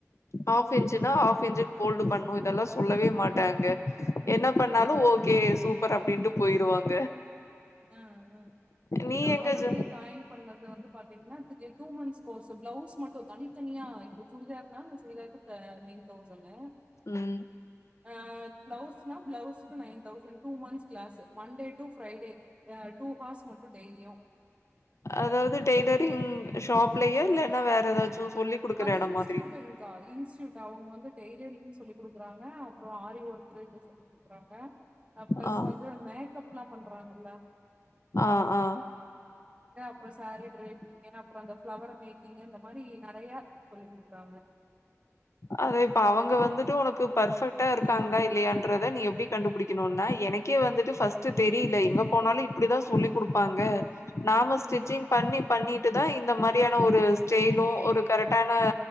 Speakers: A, on the left; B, on the right.
A: ஹாஃப்
B: ம்
A: இஞ்ச்னா ஹாஃப் இஞ்ச் ஹோல்ட்டு பண்ணோ இதல்லா சொல்லவே மாட்டாங்க என்னா பண்ணாலோ
B: ஆ
A: ஓகே சூப் பர் அப்டின்ட்டு போயிருவாங்க
B: ஆ ஆ இல்ல
A: நீ
B: நா
A: எங்க
B: வந்து
A: ஜா
B: ஜாயின் பண்ணது வந்து பாத்திங்னா த் த தே டூ மன்ஸ் கோர்ஸ் பிளவுஸ் மட்டு தனித்தனியா இப்ப சுடிதார்னா சுடிதாருக்கு தா நைன் தௌசண்னே
A: ம்
B: ஆ ப்ளவுஸ்னா blouse nine thousand two months class Monday to Friday a two hours மட்டு டெய்லியு
A: அதாது டெய்லரிங் ஷாப்லயே இல்லனா வேற ஏதாச்சு சொல்லி குடுக்குற
B: அது
A: எடம்
B: இன்ஸ்டூயூட்ங்க்கா
A: மாதிரியா
B: இன்ஸ்டூயூட் அவுங்க வந்து டைலரிங் சொல்லி குடு க்கறாங்க அப்றோ ஆரி ஒர்க் கு சொல்லி குடுக்குறாங்க அ ப்ளஸ்
A: ஆ
B: வந்து மேக் கப்லா பண்றாங்கல்ல
A: ஆ ஆ
B: அப்ற சாரி <unintelligible> அப்றோ அந்த ஃபிளவர் மேக்கிங் அந்த அதுமாரி நறையா சொல்லி குடுக்குறாங்க
A: அதே இப்ப அவங்க வந்துட்டு உனக்கு பர்ஃபெக்ட்டா இருக்காங்களா இல்லையான்றத நீ எப்டி கண்டுபிடிக்கணுனா எனக்கே வந்துட்டு ஃபர்ஸ்ட் தெரில எங்க போனாலு இப்டிதா சொல்லி குடுப்பாங்க நாம ஸ்டிச்சிங்
B: ம்
A: பண்ணி பண்ணி தா இந்த மாரியான ஒரு செய்னு ஒரு கரெட்டான